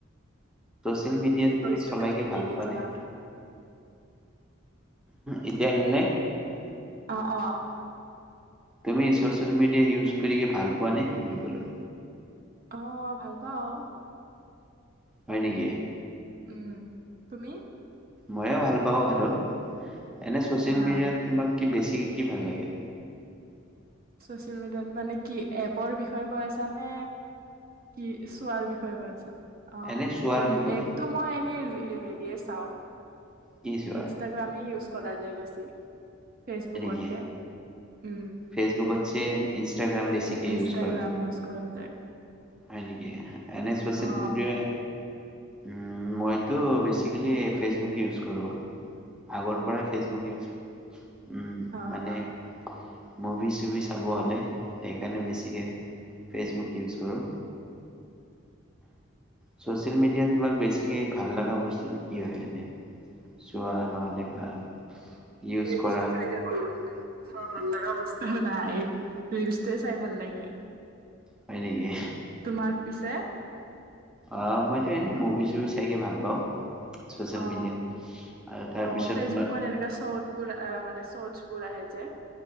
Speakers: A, in the centre; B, on the right (about 45°).
A: ছ'চিয়েল মিডিয়াত তুমি
B: ভইচটো
A: চলাই
B: কাটি
A: কি
B: কাটি
A: ভাল
B: আহি
A: পোৱা
B: আছে
A: নে।
B: ভালকে কোৱা
A: এতিয়া আহিল নে?
B: অ 'অ'
A: তুমি ছ'চিয়েল মিডিয়া ইউজ কৰিকে ভাল পোৱা নে বুলি ক'লো।
B: আহ ভাল পাওঁ।
A: হয় নেকি
B: উম তুমি?
A: ময়ে ভাল পাওঁ আৰু। এনে ছ'চিয়েল
B: হা
A: মি'ডিয়াত তোমাক কি বেছি কি ভাল লাগে।
B: চচিয়েল মিডিয়াত মানে কি এপৰ বিষয়ে কৈ আছানে। কি চোৱাৰ বিষয়ে কৈ আছা অ
A: এনে চোৱাৰ
B: এ
A: বিষয়ে
B: এপতটো মই এনে হেৰিয়ে চাও
A: কি চোৱা
B: ইনষ্টাগ্ৰামে
A: হয়
B: ইউজ কৰা যায় বেছি ফেচবুকতকে
A: নেকি?
B: উ
A: ফেচবুকতছে ইনষ্টাগ্ৰাম বেছিকে
B: ইনষ্টাগ্ৰাম
A: ইউজ কৰা
B: ইউজ কৰা যায়
A: হয় নেকি? এনে সচিয়েল
B: অ
A: মিডিয়া উ মইতো বেচিকেলি ফেচবুক ইউজ কৰো। আগৰ পৰাই ফেচবুক ইউজ উম,
B: অ
A: মানে
B: হ
A: মুভি চুভি চাব হ'লে। সেইকাৰণে বেছিকে ফেচবুক ইউজ কৰোঁ চচিয়েল মিডিয়াত তোমাক বেছিকে ভাল লগা বস্তু কি হয় এনে চোৱা নহলে। বা ইউজ কৰা
B: বিশেষ প নে <inaudible> ভাল লগা বস্তু নাই ৰিলচটোোৱে চাই ভাল লাগে।
A: হয় নেকি অ
B: তোমাক পিছে
A: অ মইতো এনে মুভি চুভি চাইকে ভাল পাওঁ। ছচিয়েল
B: অ
A: মিডিয়াত। আৰু তাৰপিছত
B: অ ফেচবুকৰ
A: তোমাৰ
B: এনেকা শ্বট বোৰ মানে স্বৰ্তবোৰ আহে যে